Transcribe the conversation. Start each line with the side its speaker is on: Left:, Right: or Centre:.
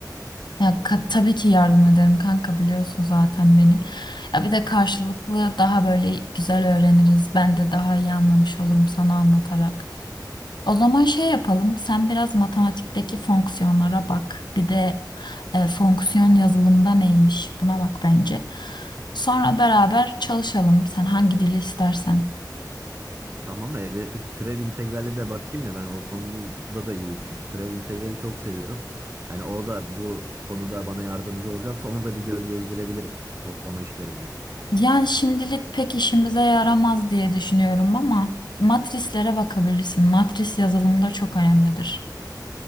Left: Ya ka- tabii ki yardım ederim kanka biliyorsun zaten beni. Ya bir de karşılıklı daha böyle güzel öğreniriz. Ben de daha iyi anlamış olurum sana anlatarak. O zaman şey yapalım. Sen biraz matematikteki fonksiyonlara bak. Bir de e, fonksiyon yazılımda neymiş? Buna bak bence. Sonra beraber çalışalım. Sen hangi dili istersen.
Right: Tamam e, be- peki türev integrali de bakayım mı? Ben o konuda da iyiyim çünkü türev integrali çok seviyorum. Hani o da bu konuda bana yardımcı olacaksa onu da bir göz gezdirebilirim kodlama işlerinde.
Left: Yani şimdilik pek işimize yaramaz diye düşünüyorum ama matrislere bakabilirsin. Matris yazılımda çok önemlidir.